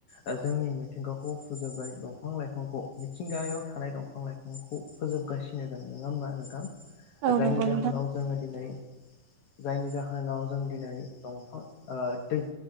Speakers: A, on the left; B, on the right.
A: ओ जोंनि मिथिंगाखौ फोजोबबाय दंफां लाइफां फांखौ मिथिंगायाव थानाय दंफां लाइफांखौ फोजोबगासि फिनोदों नोङा होमबा नोंथां
B: औ
A: जायनि
B: नंगौ नोंथां
A: जाहोनाव जोङो दिनै जायनि जाहोनाव जों दिनै दंफां ओ दै